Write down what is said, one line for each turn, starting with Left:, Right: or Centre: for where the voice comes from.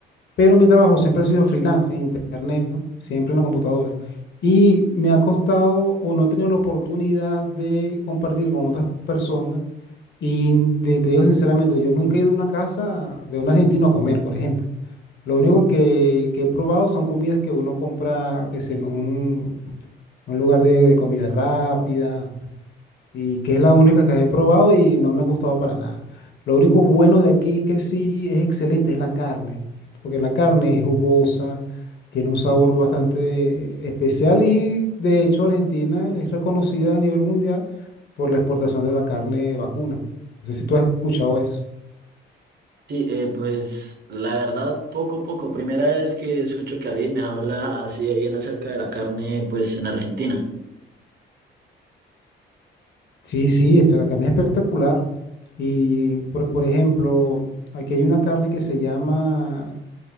Left: pero mi trabajo siempre ha sido freelance en internet, ¿no? Siempre en la computadora. Y me ha costado o no he tenido la oportunidad de compartir con otras personas. Y de- te digo sinceramente, yo nunca he ido a una casa de un argentino a comer, por ejemplo. Lo único que, que he probado son comidas que uno compra, que es en un, un lugar de, de comida rápida, y que es la única que he probado y no me ha gustado para nada. Lo único bueno de aquí que sí es excelente es la carne, porque la carne es jugosa, tiene un sabor bastante especial y de hecho Argentina es reconocida a nivel mundial por la exportación de la carne de vacuna. No sé si tú has escuchado eso.
Right: Sí, eh, pues la verdad, poco a poco, primera vez que escucho que alguien me habla así de bien acerca de la carne, pues en Argentina.
Left: Sí, sí, esta, la carne es espectacular. Y por, por ejemplo, aquí hay una carne que se llama